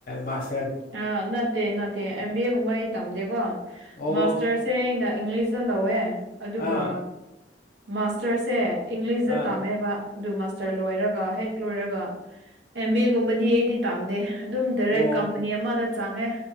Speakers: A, on the left; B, on the right.
A: ꯃꯥꯁ
B: ꯑ ꯅꯠꯇꯦ ꯅꯠꯇꯦ ꯕꯤ ꯑꯦ ꯒꯨꯝꯕ ꯑꯩ ꯇꯝꯗꯦꯀꯣ
A: ꯑꯣ
B: ꯃꯥꯁꯇꯔꯁꯦ ꯑꯩꯅ ꯏꯪꯂꯤꯁꯇ ꯂꯧꯋꯦ ꯑꯗꯨꯒ
A: ꯑꯥ
B: ꯃꯥꯁꯇꯔꯁꯦ ꯏꯪꯂꯤꯁꯇ
A: ꯑꯥ
B: ꯇꯝꯃꯦꯑꯕ ꯑꯗꯨ ꯃꯥꯁꯇꯔ ꯂꯣꯏꯔꯒ ꯍꯦꯛ ꯂꯣꯏꯔꯒ ꯑꯦꯝ ꯕꯤ ꯑꯦ ꯒꯨꯝꯕꯗꯤ ꯑꯩꯗꯤ ꯇꯥꯝꯗꯦ ꯑꯗꯨꯝ ꯗꯥꯏꯔꯦꯛ
A: ꯑꯣ
B: ꯀꯝꯄꯅꯤ ꯑꯃꯗ ꯆꯪꯉꯦ